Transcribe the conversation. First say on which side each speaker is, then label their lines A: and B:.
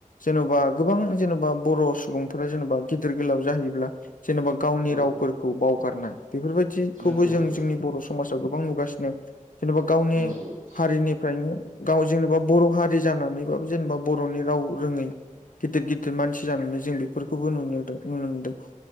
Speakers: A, on the left; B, on the right.
A: जेन'बा गोबां जेनेबा बर' सुबुंफोरा जेनेबा गिदिर गोलाव जाहैब्ला जेन'बा गावनि
B: औ
A: रावफोरखौ बावगारनाय बेफोरबायदिखौबो
B: नंगौ नंगौ
A: जों
B: नंगौ
A: जोंनि बर' समाजाव गोबां नुगासिनो जेनेबा गावनि
B: नंगौ नंगौ
A: हारिनिफ्रायनो गाव जेनेबा बर' हारि जानानैबाबो जेनेबा बर'नि राव रोङै गिदिर गिदिर मानसि जानानै जों बेफोरखौबो नुनोदों नुनो मोनदों